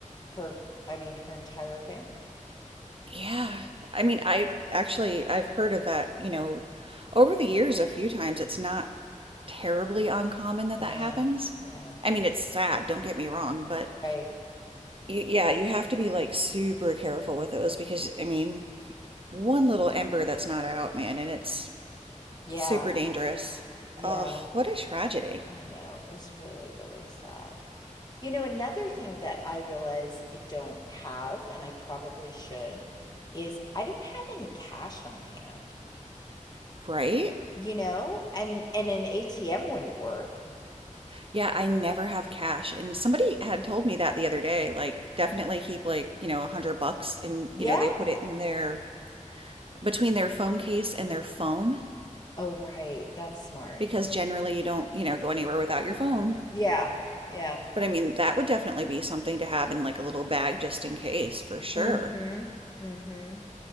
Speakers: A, on the left; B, on the right.
A: her i mean her entire family
B: Yeah. I mean, I actually I've heard of that, you know, over the years a few times. It's not terribly uncommon that
A: Yeah,
B: that happens.
A: yeah,
B: I mean, it's sad, don't get me wrong, but
A: right.
B: y yeah, you have to be like super careful with those because I mean, one little ember that's not out, man, and it's
A: Yeah,
B: super dangerous.
A: yeah,
B: Oh, what a tragedy.
A: I know. It was really, really sad. You know, another thing that I realize I don't have, and I probably should, is I don't have any cash on hand.
B: Right?
A: You know, and and an ATM wouldn't work.
B: Yeah, I never have cash. And somebody had told me that the other day, like definitely keep like, you know, a hundred bucks and,
A: Yeah.
B: you know, they put it in their between their phone case and their phone
A: Oh, right. That's smart.
B: because generally you don't, you know, go anywhere without your phone.
A: Yeah. Yeah.
B: But I mean, that would definitely be something to have in like a little bag just in case, for sure.
A: Mm-hmm. Mm-hmm.